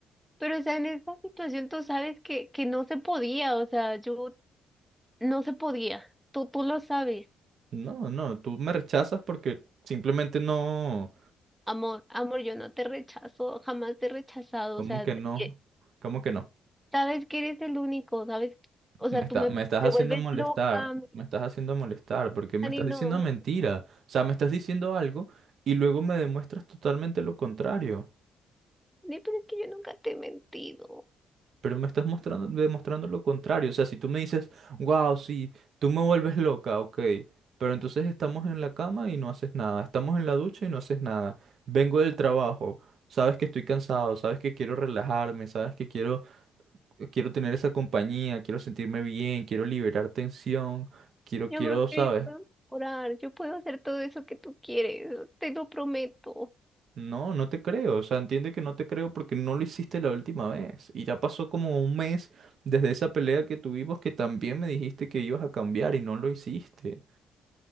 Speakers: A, in the centre; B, on the right.
A: pero, o sea, en esta situación tú sabes que, que no se podía, o sea, yo no se podía, tú, tú lo sabes.
B: no, no, tú me rechazas porque simplemente no,
A: Amor, amor, yo no te rechazo, jamás te he rechazado,
B: ¿cómo
A: o sea,
B: que no?
A: eh,
B: ¿Cómo que no?
A: sabes que eres el único, sabes, o
B: Me
A: sea,
B: está,
A: tú me
B: me estás
A: te
B: haciendo
A: vuelves
B: molestar,
A: loca, me
B: me estás haciendo molestar, porque me
A: gritan
B: estás
A: y
B: diciendo
A: no,
B: mentira. O sea, me estás diciendo algo y luego me demuestras totalmente lo contrario.
A: Ni, pero es que yo nunca te he mentido.
B: Pero me estás mostrando, demostrando lo contrario. O sea, si tú me dices, wow, sí, tú me vuelves loca, ok. Pero entonces estamos en la cama y no haces nada. Estamos en la ducha y no haces nada. Vengo del trabajo. Sabes que estoy cansado, sabes que quiero relajarme, sabes que quiero, quiero tener esa compañía, quiero sentirme bien, quiero liberar tensión, quiero,
A: Mi
B: quiero,
A: amor,
B: ¿sabes?
A: pero yo puedo orar, yo puedo hacer todo eso que tú quieres, te lo prometo.
B: No, no te creo. O sea, entiende que no te creo porque no lo hiciste la última vez. Y ya pasó como un mes desde esa pelea que tuvimos que también me dijiste que ibas a cambiar y no lo hiciste.